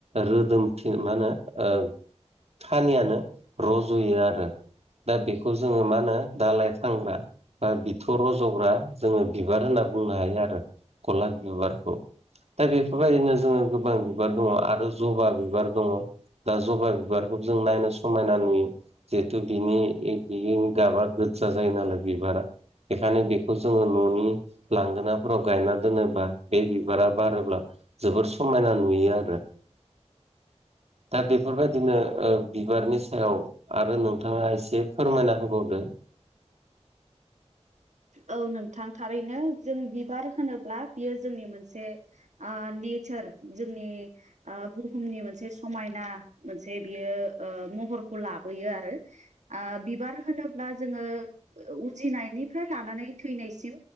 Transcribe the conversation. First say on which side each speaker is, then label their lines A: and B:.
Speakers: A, on the right; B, on the right.
A: रोदोमफिन माने हो ओं थानियानो रज'यो आरो दा बेखौ जोङो मा होनो दालाइ फानग्रा बा बिथर रज'ग्रा जोङो बिबार होनना बुंनो हायो आरो गलाब बिबारखौ दा बेफोरबायदिनो जोङो गोबां बिबार दङ आरो जबा बिबार दङ दा जबा बिबारखौ जों नायनो समायना नुयो जिहेथु बिनि बि गाबा गोदजा जायो नालाय बिबारा बेखायनो बेखौ जोङो न'नि लांगोनाफोराव गायना दोनोब्ला बे बिबारा बारोब्ला जोबोर समायना नुयो आरो दा बेफोरबायदिनो ओ बिबारनि सायाव आरो नोंथाङा एसे फोरमायना होबावदो
B: औ नोंथां थारैनो जों बिबार होनोब्ला बियो जोंनि मोनसे आ नेचार जोंनि ओ बुुहुमनि मोनसे समायना मोनसे बियो ओ ने फोरखौ लाबोयो आरो बिबार होनोब्ला जोङो उजिनायनि फ्राय लानानै थैनायसिम